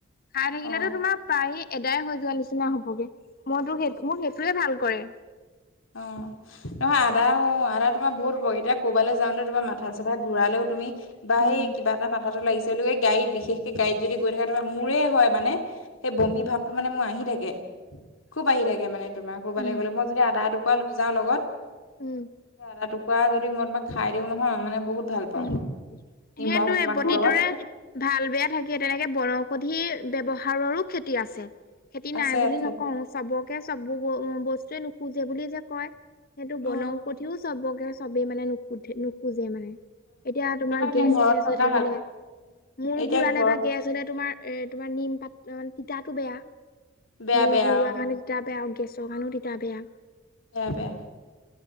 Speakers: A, on the left; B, on the left.
A: খাই থাকিলেতো
B: অ
A: তোমাৰ প্ৰায়েই এদায় হৈ যোৱা নিচিনা হবগে মইতো সেই
B: অ
A: মোৰ সেইটোৱে ভাল কৰে
B: অ নহয় আদা অ আদা তোমাৰ বহুত উপকাৰী এতিয়া ক'ৰবালে যাওতে তোমাৰ মাথা চাথা ঘূৰালেও তুমি বা
A: উম
B: এই কিবা এটা মাথাটো লাগিছে বুলি কৈ এই গাড়ীত বিশেষ সেই গাড়ীত যদি গৈ থাকে তাৰমানে মোৰে হয় মানে সেই বমি ভাৱটো মানে মোৰ আহি থাকে খুব আহি থাকে মানে তোমাক কবালৈ
A: উম
B: গ'লে মই যদি আধা এটুকুৰা লৈ যাও লগত
A: উম
B: আদা টু কুৰা যদি মই তোমাক খাই দিও নহয় মানে বহুত ভাল পাওঁ
A: উ সেইটোৱে
B: নিমখ অকমানৰ
A: প্ৰতিটোৰে
B: লগত।
A: ভাল বেয়া থাকে তেনেকে বনৌষধিৰ ব্যৱহাৰৰো ক্ষতি আছে ক্ষতি
B: আছে
A: নাই বুলি
B: আছে
A: নকওঁ চবকে চব বস্তুৱে নোসোজে বুলি যে কয় সেইটো বনৌঔষধিও
B: অ',
A: চবকে চবেই মানে নুখোধে নোসোজে মানে এতিয়া তোমাৰ
B: এতিয়া
A: গেছ
B: ঘৰত
A: চেজ
B: থকা
A: হৈ থাকিলে
B: হাল
A: মূৰ
B: এতিয়া
A: ঘূৰালে
B: ঘৰত
A: বা গেছ আচলতে তোমাৰ এ তোমাৰ নিম পাত অ তিতাটো বেয়া
B: বেয়া
A: মোৰ
B: বেয়া
A: ঘূৰুৱা
B: অ',
A: কাৰণে তিতা বেয়া গেছৰ কাৰণেও তিতা বেয়া
B: বেয়া বেয়া